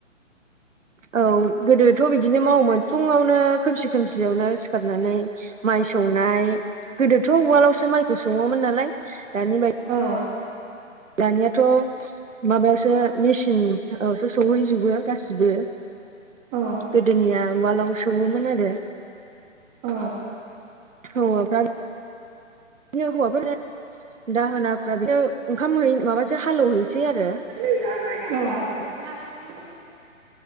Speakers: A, on the right; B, on the right.
A: औ गोदोथ' बिदिनो मावोमोन फुङावनो खोमसि खोमसियावनो सिखारनानै माइ सौनाय गोदोथ' उवालावसो माइखौ सौवोमोन नालाय दानि बाय
B: औ
A: दानियाथ' माबायावसो मेसिनावसो सोहैजोबो गासिबो
B: औ
A: गोदोनिया उवालाव सौयोमोन आरो।
B: औ
A: हौवाफ्रायो ओ बिदिनो हौवाफोर दाहोनाफ्रा बिदिनो ओंखाम माबासो हालेवहैसै आरो।
B: <unintelligible>